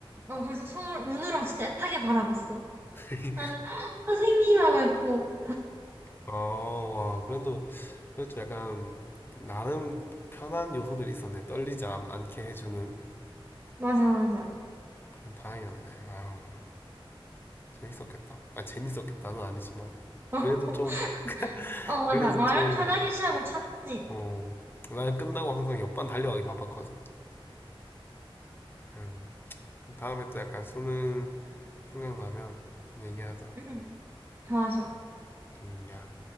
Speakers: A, on the right; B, on the left.
A: 어 그래서 서로 눈으로 진짜 애타게 바라봤어
B: <laughs>
A: 나는 <gasps> 선생님 하고 있고
B: 아, 와, 그래도 그렇죠. 약간 나름 편한 요소들이 있었네. 떨리지 않, 않게 해주는
A: 맞아 맞아
B: 그런 다행이었네. 아유 재밌었겠다. 아 재밌었겠다는 아니지만
A: <laughs>
B: 그래도 좀
A: 어 맞아
B: 그래도
A: 나름
B: 좀
A: 편하게 시험을 쳤지
B: 어. 난 끝나고 항상 옆반 달려가기 바빴거든. 음. 다음에 또 약간 수능 생각나면 얘기하자.
A: 응 좋아 좋아
B: 음, 야.